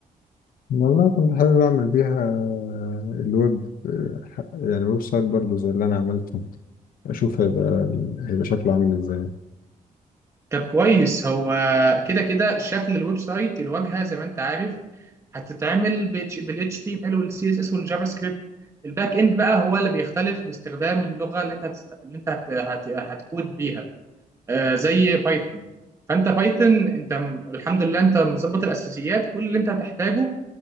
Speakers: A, on the left (about 80°); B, on the right (about 20°).
A: والله كنت حابب اعمل بيها آه، الويب آه، يعني ويب سايت برضو زي اللي انا عملته اشوف هيبقى هيبقى شكله عامل ازاي
B: طب كويس هو كده كده شكل الويب سايت الواجهه زي ما انت عارف هتتعمل بالاتش تي ام ال والسي اس اس والجافا سكريبت الباك اند بقى هو اللي بيختلف باستخدام اللغه اللي انت هتست... اللي انت هت... هت... هتكود بيها آه، زي بايثون فانت بايثون انت م- الحمد لله انت مظبط الاساسيات كل اللي انت هتحتاجه